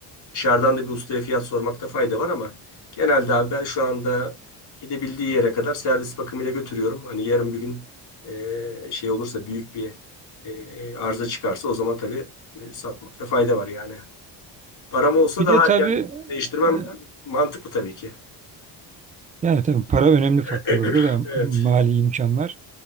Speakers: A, on the left; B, on the right.
A: dışarıdan da bir ustaya fiyat sormakta fayda var ama genelde abi ben şu anda gidebildiği yere kadar servis bakımıyla götürüyorum. Hani yarın bir gün e, şey olursa büyük bir e, arıza çıkarsa o zaman tabii e, satmakta fayda var yani. Param olsa
B: Bir
A: daha
B: de tabii
A: erken değiştirmem
B: e,
A: mantıklı tabii ki.
B: Yani tabii para önemli
A: <clears throat>
B: faktör orada da
A: Evet.
B: mali imkanlar.